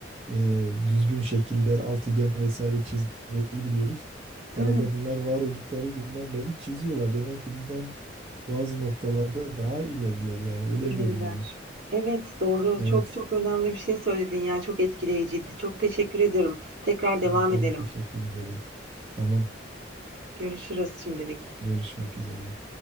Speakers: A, on the right; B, on the right.
A: e, düzgün şekiller, altıgen vesaire çizmeyi biliyoruz. Herhalde
B: Evet,
A: bunlar var oldukları günden beri çiziyorlar. Demek ki bizden bazı noktalarda daha ileriler yani öyle
B: ileriler.
A: görünüyor.
B: Evet, doğru.
A: Evet,
B: Çok çok önemli bir şey söyledin ya. Çok etkileyiciydi. Çok teşekkür ederim. Tekrar devam
A: ben
B: edelim.
A: teşekkür ederim. Tamam,
B: Görüşürüz şimdilik.
A: görüşmek üzere.